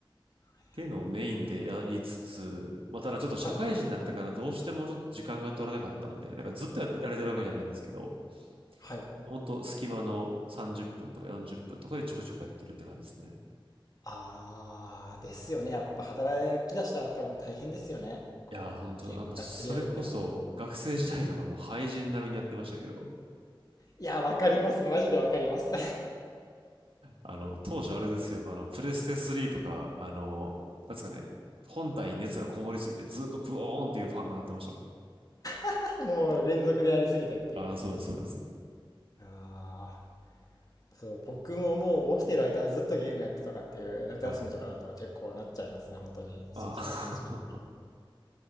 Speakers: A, on the left; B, on the right.
A: はいはい
B: っていうのをメインでやりつつ、まあただちょっと社会人になってからどうしてもちょっと時間が取れなかったんで、
A: はい。
B: なんかずっとやって、やれてるわけじゃないんですけど、
A: はい。
B: ほんと隙間の30分とか40分とかでちょくちょくやってるって感じですね。
A: ああ、ですよね。やっぱ働き出したら多分大変ですよね。こう、
B: いやー、本当あの、
A: ゲームがっつりやるってのも。
B: それこそ、学生時代とかもう廃人並みにやってましたけど、
A: いや、わかります。マジでわかります。
B: あの、当時あれですよ、あの、プレステ3とか、あの、なんですかね、本体に熱がこもりすぎて、ずっとブオーンっていうファンが鳴ってましたもん。
A: <laughs> もう連続でやりすぎたっていう。
B: ああ、そうです、そうです。
A: ああ。そう、僕ももう起きてる間はずっとゲームやってとかっていう夏休みとかだと結構なっちゃいますね、
B: はいはい。
A: 本当に。一日十何時間。
B: ああ、
A: い
B: <laughs>